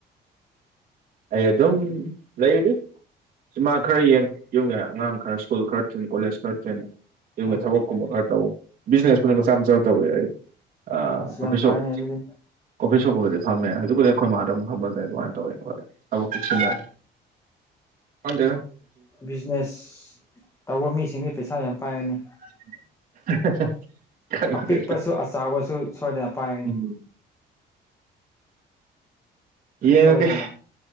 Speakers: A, on the right (about 50°); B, on the left (about 15°).
A: ꯑꯩ ꯑꯗꯨꯝ ꯂꯩꯔꯤ ꯁꯤꯃꯥ ꯈꯔ ꯌꯦꯡ ꯌꯨꯝꯒꯤ ꯑꯉꯥꯡ ꯈꯔ ꯁ꯭ꯀꯨꯜ ꯈꯔ ꯊꯤꯟ ꯀꯣꯂꯦꯖ ꯈꯔ ꯊꯤꯟ ꯌꯨꯝꯒꯤ
B: ꯑꯣꯍꯣ
A: ꯊꯕꯛꯀꯨꯝꯕ ꯈꯔ ꯇꯧ ꯕꯤꯖꯤꯅꯦꯁꯄꯨꯗꯤ ꯃꯆꯥ ꯃꯆꯥ ꯇꯧꯔꯦ ꯑꯩ ꯑꯥ
B: ꯑꯁ
A: ꯀꫭꯐꯤꯁꯣꯝ
B: ꯌꯥꯝ ꯐꯩꯅꯦ ꯑꯗꯨꯗꯤ
A: ꯀꯣꯐꯤ ꯁꯣꯞꯕꯨꯗꯤ ꯐꯝꯃꯦ ꯑꯗꯨꯕꯨꯗꯤ ꯑꯩꯈꯣꯏ ꯃꯥꯗ ꯑꯃꯨꯛ ꯐꯝꯍꯜꯂꯦ ꯑꯗꯨꯃꯥꯏꯅ ꯇꯧꯋꯦ ꯈꯣꯠꯂꯦ ꯊꯕꯛ ꯆꯠꯁꯤꯅ ꯈꯪꯗꯦꯅ
B: ꯕꯤꯖꯤꯅꯦꯁ ꯇꯧꯕ ꯃꯤꯁꯤꯡꯗꯤ ꯄꯩꯁꯥ ꯌꯥꯝ ꯄꯥꯏꯔꯅꯤ
A: <unintelligible> ꯈꯪꯗꯦꯗ
B: ꯑꯄꯤꯛꯄꯁꯨ ꯑꯆꯕꯁꯨ ꯁꯣꯏꯗꯅ ꯄꯥꯏꯒꯅꯤ
A: ꯎꯝ ꯌꯦꯡꯉꯒꯦ
B: ꯁꯣꯏꯗꯅ